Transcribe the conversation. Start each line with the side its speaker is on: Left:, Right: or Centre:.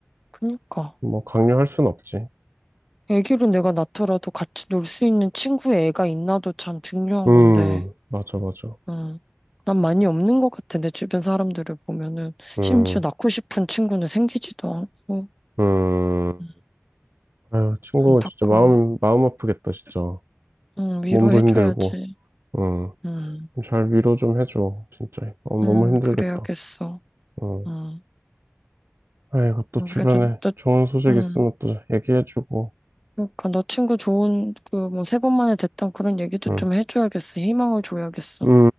Centre: 그니까.
Right: 뭐 강요할 순 없지.
Centre: 애기로 내가 낳더라도 같이 놀 수 있는 친구의 애가 있나도 참 중요한
Right: 음,
Centre: 건데,
Right: 맞아, 맞아.
Centre: 음, 난 많이 없는 것 같아. 내 주변 사람들을 보면은,
Right: 음,
Centre: 심지어 낳고 싶은 친구는 생기지도 않고,
Right: 음.
Centre: 음,
Right: 아유, 친구가
Centre: 안타까워.
Right: 진짜 마음 마음 아프겠다, 진짜.
Centre: 음, 위로해줘야지.
Right: 몸도 힘들고. 음,
Centre: 음,
Right: 잘 위로 좀 해줘, 진짜. 어, 너무
Centre: 음,
Right: 힘들겠다.
Centre: 그래야겠어.
Right: 음.
Centre: 음,
Right: 아이고, 또 주변에
Centre: 그래도 너,
Right: 좋은 소식
Centre: 음,
Right: 있으면 또 얘기해주고,
Centre: 그러니까 너 친구 좋은, 그, 뭐, 세 번 만에 됐던 그런 얘기도
Right: 응,
Centre: 좀 해줘야겠어. 희망을 줘야겠어.
Right: 응,